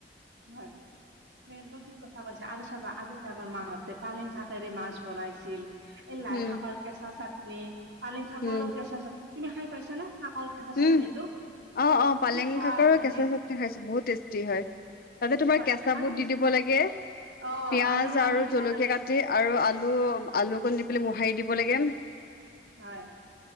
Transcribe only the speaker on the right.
হয়। বেলদ ঠিক কথা কৈছা আৰু চাবা আগতে আমাৰ মাহঁতে পালেং শাকেৰে মাছ বনাইছিল এই লাই
শাকৰ কেঁচা চাটনি, পালিং শাকৰো
কেঁচা চাটনি তুমি খাই পাইছা না শাকৰ কেঁচা চাটনিটো?
কি সোৱাদ
হয়নে?
কি
সোৱাদ
আৰু
তুমি
চা-
অ'
আলু আলু
দিব
লাগে
হয়